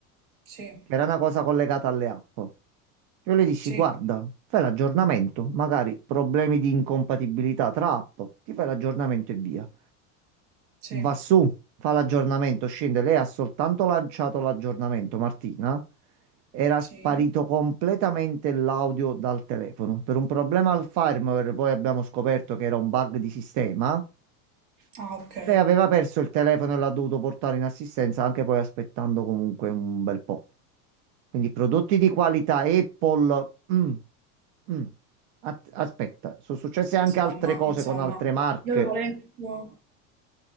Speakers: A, on the right; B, on the right.
A: sì,
B: che era una cosa collegata alle app. Io le dissi,
A: sì.
B: guarda, fai l'aggiornamento, magari problemi di incompatibilità tra app, ti fai l'aggiornamento e via.
A: Sì,
B: Va su, fa l'aggiornamento, scende. Lei ha soltanto lanciato l'aggiornamento, Martina. Era
A: sì.
B: sparito completamente l'audio dal telefono. Per un problema al firmware, poi abbiamo scoperto che era un bug di sistema.
A: Ah, ok.
B: Lei aveva perso il telefono e l'ha dovuto portare in assistenza, anche poi aspettando comunque un bel po'. Quindi prodotti di qualità Apple. mm, mm. At- aspetta, sono successe anche
A: Insomma,
B: altre cose
A: insomma,
B: con altre marche.
A: io avevo letto.